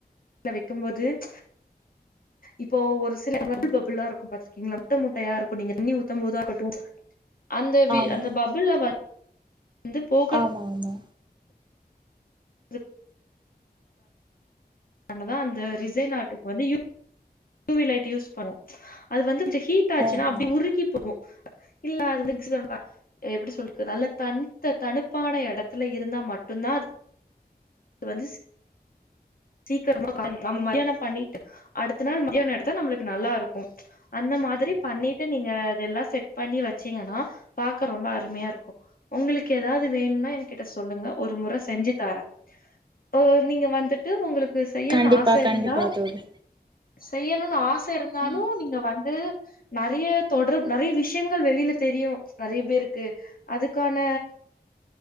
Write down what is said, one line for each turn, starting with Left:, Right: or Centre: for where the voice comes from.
Left: ல வைக்கும்போது ம்ச் இப்போ ஒரு சில பபுள் பபுள்லா இருக்கும் பாத்துருக்கீங்ளா முட்டை முட்டையா இருக்கு நீங்க தண்ணி ஊத்தும் போதாகட்டும் அந்த வி
Right: ஆம்
Left: அந்த பபுள்ல வ வந்து போ
Right: ஆமா ஆமா
Left: துக் பண்ணாதா அந்த ரிசைனாட்டுக்கு வந்து U U V light use பண்ணு அது வந்து கொஞ்சு ஹீட்டாச்சுனா
Right: ஓஹோ
Left: அப்டி உருகிப் போகு இல்ல <unintelligible> எப்டி சொல்லுரது நல்ல தனித்த தனுப்பான எடத்துல இருந்தா மட்டுந்தா அது அது வந்து சீக்கிரமா நம்ம மதியானோ பண்ணிட்டு அடுத்த நாள் மதியானோ எடுத்தா நம்பளுக்கு நல்லா இருக்கு அந்த மாதிரி பண்ணிட்டு நீங்க அதெல்லா செட் பண்ணி வச்சீங்கனா பாக்க ரொம்போ அருமையா இருக்கு உங்களுக்கு ஏதாது வேணுன்னா என் கிட்ட சொல்லுங்க ஒரு முற செஞ்சு தாரே ஆ நீங்க வந்துட்டு உங்களுக்கு செய்யணுனு
Right: கண்டிப்பா
Left: ஆச
Right: கண்டிப்பா
Left: இருந்தா
Right: தோழி
Left: செய்யணுனு ஆச இருந்தாலு
Right: ம்
Left: நீங்க வந்து நறைய தொடர் நறைய விஷயங்கள் வெளில தெரியு நறைய பேருக்கு அதுக்கான